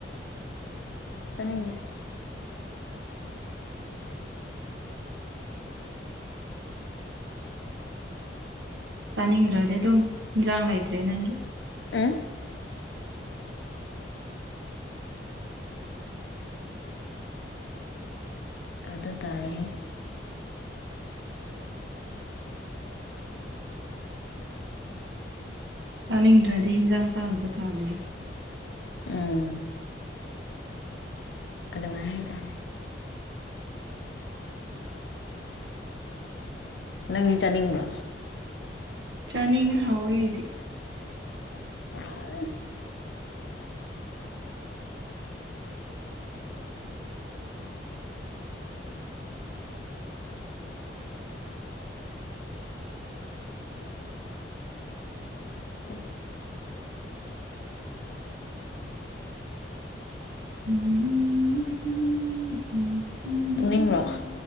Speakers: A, on the left; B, on the right.
A: ꯆꯥꯅꯤꯡꯗꯦ
B: ꯆꯥꯅꯤꯡꯗ꯭ꯔꯗꯤ ꯑꯗꯨꯝ ꯏꯟꯖꯥꯡ ꯂꯩꯇ꯭ꯔꯦ ꯅꯪꯒꯤ
A: ꯎ ꯑꯗ ꯇꯥꯏꯍꯦ
B: ꯆꯥꯅꯤꯡꯗ꯭ꯔꯗꯤ ꯍꯤꯟꯖꯥꯡ ꯆꯥꯗꯕ ꯇꯥꯕꯅꯤ
A: ꯎꯝ ꯑꯗꯨꯃꯥꯏ ꯍꯥꯏꯇꯔꯦ ꯅꯪꯗꯤ ꯆꯥꯅꯤꯡꯕꯔꯥ
B: ꯆꯥꯅꯤꯡꯉꯦ ꯍꯥꯎꯋꯦ ꯑꯩꯗꯤ
A: <inaudible> <inaudible>
B: <unintelligible> ꯎꯝ
A: ꯇꯨꯡꯅꯤꯡꯕ꯭ꯔꯣ